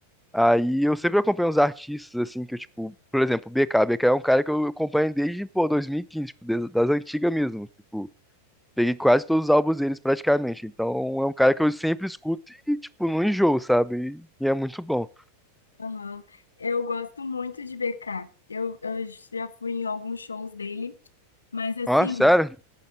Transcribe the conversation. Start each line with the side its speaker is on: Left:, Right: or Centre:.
Centre: Aí eu sempre acompanho os artistas, assim, que eu, tipo, por exemplo, o BK. BK é um cara que eu acompanho desde, pô, 2015, tipo, des- das antigas mesmo, tipo. Peguei quase todos os álbuns deles praticamente. Então é um cara que eu sempre escuto e, tipo, não enjoo, sabe? E, e é muito bom.
Left: Aham. Eu gosto muito de BK. Eu, eu já fui em alguns shows dele, mas assim,
Centre: Ah, sério?